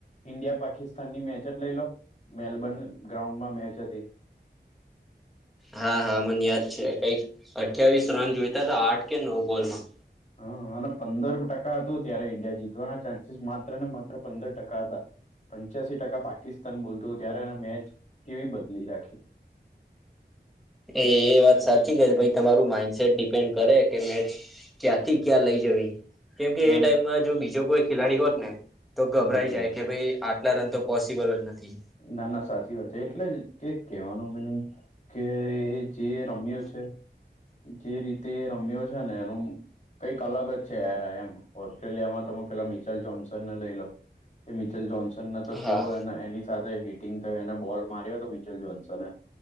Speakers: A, on the left; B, in the centre.
A: ઈન્ડિયા પાકિસ્તાન ની મેચ જ લઈ લો મેલબર્ન ગ્રાઉન્ડમાં મેચ હતી.
B: હા હા મને યાદ છે કઈક અઠ્યાવીસ રન જોઈતા તો આઠ કે નવ બોલમાં.
A: હા અને પંદર ટકા હતોું ત્યારે ઈન્ડિયા જીતવાના ચાન્સીસ માત્ર ને માત્ર પંદર ટકા હતા. પંચ્યાસીી ટકા પાકિસ્તાન બોલતું ત્યારે એ મેચ કેવી બદલી રાખી. <inaudible>
B: એ એ વાત સાચી કે ભ તમારું માઇન્ડસેટ ડિપેન્ડ કરે કે મે ક્યાંથી ક્યાં લઈ જવી, કેમકે
A: ના
B: એ
A: ના
B: ટાઈમમાં જો બીજો કોઈ ખેલાડી હોત ને તો
A: હમ
B: ગભરાઈ
A: હમ
B: જાય કે ભાઈ આટલા રન તો પોસિબલ જ નથી.
A: ના ના સાચી વાત છે એટલે જ કક કહેવાનું મનિ કે એ જે રમ્યો છે જે રીતે એ રમ્યો છે ને એનું કંઈક અલગ જ છે યાર એમ ઓસ્ટ્રેલિયામાં તમે પેલા મિચલ જોનસન ને લઈ લો. કે મિચલ જોન્સનને તો કેવોયને
B: હા
A: એની સાથે હિટિંગ થઈ અને બોલ માર્યો તો મિચલ જોન્સને.